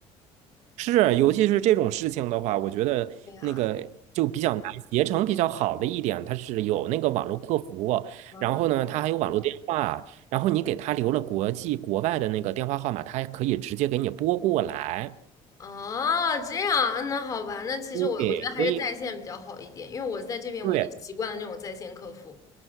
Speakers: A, on the right; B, on the left.
A: 是，尤其是这种事情的话，我觉得那个就比较难。
B: 对呀，
A: 携程比较好的一点，它是有那个网络客服，
B: 啊，
A: 然后呢，它还有网络电话，然后你给他留了国际国外的那个电话号码，他还可以直接给你拨过来。
B: 哦，这样啊，那好吧，那其实我我觉得还是在线比较好一点，
A: 对，所以
B: 因为我在这边我已经习惯了那种在线客服
A: 对，